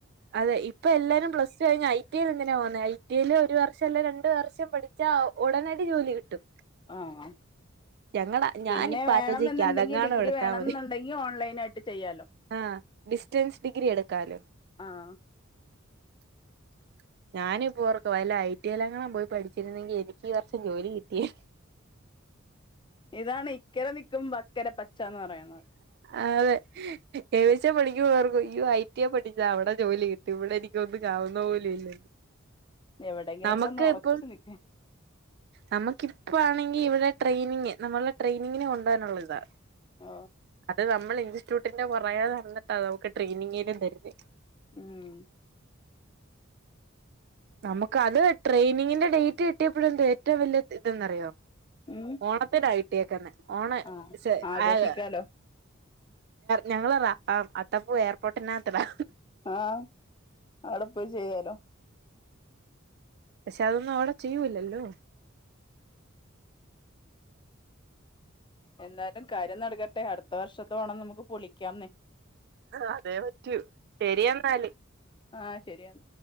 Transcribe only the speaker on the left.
ആഹ്
പിന്നെ വേണംന്ന്ന്ന്ണ്ടെങ്കി
ഡിഗ്രി
വേണെന്നുണ്ടെങ്കി
ഓൺലൈൻ ആയിട്ട് ചെയ്യാലോ
ആഹ്
ഇതാണ് ഇക്കര നിക്കുംപ അക്കര പച്ചന്ന് പറയ്ണത്
എവിടെയെങ്കിലും
ഒക്കെ ഒന്ന് ഉറച്ചു
നിക്ക
ഓ
ഉം
ഉം
ആ
ആഘോഷിക്കാലോ
ആഹ് അവ്ടെ പോയി ചെയ്യാലോ
എന്തായാലും കാര്യം നടക്കട്ടെ അടുത്ത വർഷത്തെ ഓണം നമുക്ക് പൊളിക്കാംന്നേ
ആ ശരിയെന്ന